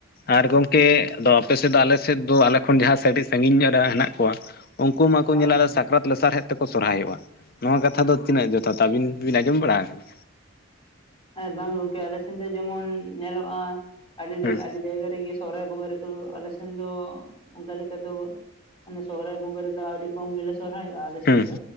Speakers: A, on the left (about 45°); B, on the left (about 25°).
A: ᱟᱨ ᱜᱚᱝᱠᱮ ᱫᱚ ᱟᱯᱮ ᱥᱮᱫ ᱫᱚ ᱟᱞᱮ ᱥᱮᱫ ᱫᱚ ᱟᱞᱮ ᱠᱷᱚᱱ ᱡᱟᱦᱟᱸ ᱠᱟᱴᱤᱡ ᱥᱟᱹᱜᱤᱧ ᱧᱚᱜ ᱨᱮ ᱦᱮᱱᱟᱜ ᱠᱚᱣᱟ ᱩᱱᱠᱩ ᱢᱟᱠᱚ ᱧᱮᱞᱟ
B: ᱦᱳᱭ
A: <unintelligible> ᱥᱟ ᱥᱟᱠᱨᱟᱛ ᱞᱮᱥᱟᱨᱦᱮᱫ ᱛᱮᱠᱚ ᱥᱚᱨᱦᱟᱭᱚᱜᱼᱟ ᱱᱚᱣᱟ ᱠᱟᱛᱷᱟ ᱫᱚ ᱛᱤᱱᱟᱹᱜ ᱡᱚᱛᱷᱟᱛ ᱟ ᱟᱹᱵᱤᱱ ᱵᱤᱱ ᱟᱸᱡᱚᱢ ᱵᱟᱲᱟ ᱟᱠᱟᱱᱟ
B: ᱵᱟᱝ ᱜᱚᱝᱠᱮ ᱟᱞᱮ ᱥᱮᱱ ᱫᱚ ᱡᱮᱢᱚᱱ ᱧᱮᱞᱚᱜᱼᱟ ᱟᱹᱰᱤ
A: ᱦᱮᱸ
B: ᱟᱹᱰᱤ ᱡᱟᱭᱜᱟ ᱨᱮᱜᱮ ᱥᱚᱦᱨᱟᱭ ᱵᱚᱸᱜᱟ ᱨᱮᱠᱚ ᱟᱞᱮ ᱥᱮᱱ ᱫᱚ ᱚᱱᱠᱟ ᱞᱮᱠᱟ ᱫᱚ ᱢᱟᱱᱮ ᱥᱚᱦᱨᱟᱭ ᱵᱚᱸᱜᱟ ᱨᱮᱫᱚ ᱟᱹᱰᱤ ᱠᱚᱢ ᱜᱮᱞᱮ ᱥᱚᱦᱨᱟᱭᱚᱜᱼᱟ ᱟᱞᱮ
A: ᱦᱮᱸ
B: ᱥᱮᱫ ᱫᱚ